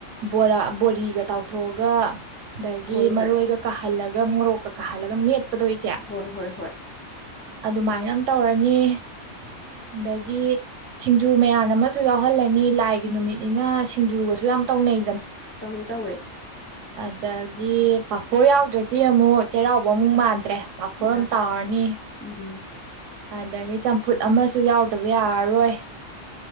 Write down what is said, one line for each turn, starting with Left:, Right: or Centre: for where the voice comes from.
Right: ꯕꫭꯔꯥ ꯕꯣꯔꯤꯒ ꯇꯥꯎꯊꯣꯛꯑꯒ ꯑꯗꯒꯤ
Left: ꯍꯣꯏ ꯍꯣꯏ
Right: ꯃꯔꫭꯏꯒ ꯍꯜꯂꯒ ꯃꯣꯔꯣꯛꯀ ꯀꯥꯍꯜꯂꯒ ꯃꯦꯠ ꯄꯗꫭ ꯏꯆꯦ
Left: ꯍꯣꯏ ꯍꯣꯏ ꯍꯣꯏ
Right: ꯑꯗꯨꯃꯥꯏꯅ ꯑꯝ ꯇꯧꯔꯦ ꯅꯤ ꯗꯒꯤ ꯁꯤꯡꯖꯨ ꯃꯌꯥꯟ ꯑꯃꯁꯨ ꯌꯥꯎꯍꯜꯂꯅꯤ ꯂꯥꯏꯒꯤ‌ ꯅꯨꯃꯤꯠꯅꯤꯅ ꯁꯤꯡꯖꯨꯒꯁꯨ ꯌꯥꯝ ꯊꯧꯅꯩ
Left: ꯇꯧ ꯍꯋꯦ ꯇꯧ ꯍꯋꯦ
Right: ꯑꯗꯒꯤ ꯄꯥꯐꯣꯔ ꯌꯥꯎꯗ꯭ꯔꯗꯤ ꯑꯃꯨꯛ ꯆꯩꯔꯥꯎꯕ ꯑꯃꯨꯛ ꯃꯥꯟꯗ꯭ꯔꯦ ꯄꯥꯐꯣꯔ
Left: ꯃꯥꯅꯦ
Right: ꯑꯃ ꯇꯥꯔꯅꯤ
Left: ꯎꯝ
Right: ꯑꯗꯒꯤ ꯆꯝꯐꯨꯠ ꯑꯃꯁꯨ ꯌꯥꯎꯗꯕ ꯌꯥꯥ ꯣꯏ